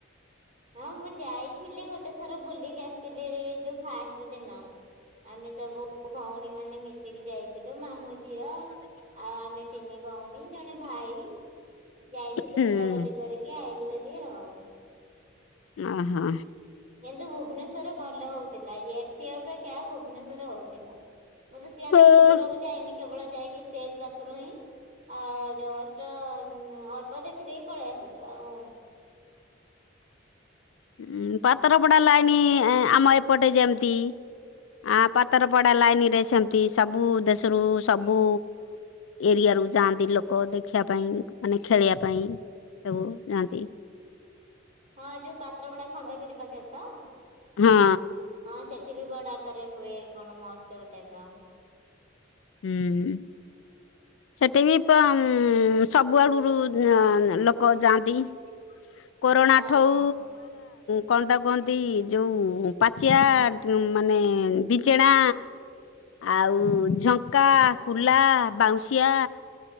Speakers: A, on the right (about 35°); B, on the left (about 80°).
A: ହଁ ମୁଁ ଯାଇଥିଲି ଗୋଟେ ଥର ବୁଲିକି ଆସିଥିଲି ଯୋଉ ଫାଷ୍ଟ ଦିନ। ଆମେ ସବୁ ଭଉଣୀ ମାନେ ମିଶିକି ଯାଇଥିଲୁ ମାମୁଁ ଝିଅ ଆଉ ଆମେ ତିନି ଭଉଣୀ ଜଣେ ଭାଇ। ଯାଇଥିଲୁ
B: ହୁଁ
A: ବୁଲାବୁଲି କରିକି ଆଇଲୁ ହେରି ଆଉ।
B: ଓହୋ।
A: କିନ୍ତୁ ଭୁବନେଶ୍ଵର ରେ ଭଲ ହଉଥିଲା। ଇଏ ଏଠି ଅପେକ୍ଷା ଭୁବନେଶ୍ଵର ହଉଥିଲା। ମୁଁ ତ ସିଆଡ଼େ
B: ଉଁ
A: ବୁଲିବାକୁ ଯାଇନି। କେବଳ ଯାଇକି ଷ୍ଟେଜ ପାଖରୁ ହିଁ ଆଉ ଜଷ୍ଟ ଅଳ୍ପ ଦେଖିଦେଇକି ପଳେଇ ଆସିଲୁ। ଆଉ
B: ଉଁ ପାତରପଡ଼ା ଲାଇନ ଆମ ଏପଟେ ଯେମତି। ଆଁ ପାତର ପଡ଼ୀ ଲାଇନ ରେ ସେମିତି ସବୁ ଦେଶରୁ ସବୁ ଏରିଆ ରୁ ଯାଆନ୍ତି ଲୋକ ଦେଖିବା ପାଇଁ ମାନେ ଖେଳିବା ପାଇଁ ସବୁ ଯାଆନ୍ତି।
A: ହଁ ଯୋଉ ପାତ୍ରପଡ଼ା ଖଣ୍ଡଗିରି ପାଖରେ ତ?
B: ହଁ
A: ହଁ ସେଠି ବି ବଡ଼ ଆକାରରେ ହୁଏ କଣ ମହୋତ୍ସବ ଟାଇପ୍ ର।
B: ହୁଁ ହୁଁ। ସେଠି ବି ସବୁ ଆଡ଼ୁରୁ ଲୋକ ଯାଆନ୍ତି।
A: <inaudible>
B: କୋରଣା
A: ହଁ
B: ଠଉ କଣ ତାକୁ କୁହନ୍ତି? ଯୋଉ ପାଚିଆ ମାନେ ବିଞ୍ଚେଣା। ଆଉ ଝଙ୍କା କୁଲା ବାଉଁଶିଆ।